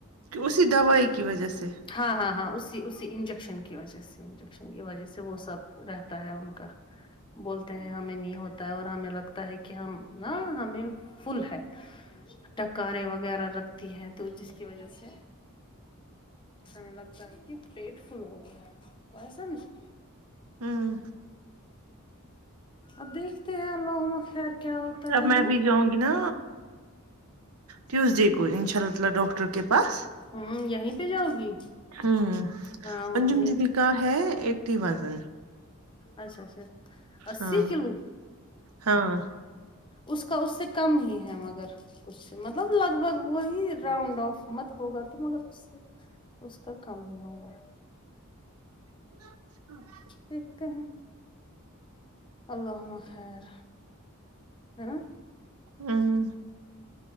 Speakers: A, on the right (about 80°); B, on the left (about 20°).
A: کہ اسی دوائی کی وجہ سے
B: ہاں ہاں ہاں اسی اسی انجیکشن کی وجہ سے انجیکشن کی وجہ سے وہ سب رہتا ہے ان کا بولتے ہیں ہمیں نہیں ہوتا ہے اور ہمیں لگتا ہے کہ ہم نہ ہمیں فل ہے ٹکاریں وغیرہ رکھتی ہیں تو جس کی وجہ سے ہمیں لگتا ہے کہ پیٹ فل ہو گیا ایسا نہیں
A: ہمم
B: اب دیکھتے ہیں اللہم خیر کیا ہوتا
A: جب میں
B: ہے
A: ابھی
B: نا
A: جاؤں گی نا ٹیوزڈے کو انشاء اللہ تعالی ڈاکٹر کے پاس
B: ہمم یہیں پہ جاؤ گی
A: ہوں
B: ہاں
A: انجم
B: یہیں
A: دید
B: پہ،
A: کاا ہے ایٹی وزن
B: اچھا اچھا اسی
A: ہاں
B: کلو
A: ہاں
B: اس کا اس سے کم ہی ہے مگر کچھ مطلب لگ بھگ وہی راؤنڈ آف مت ہوگا تو مگر اس سے اس کا کام ہی ہوگا
A: ہاں
B: دیکھتے ہیں اللہ ہمہ خیر ہے نا
A: ہاں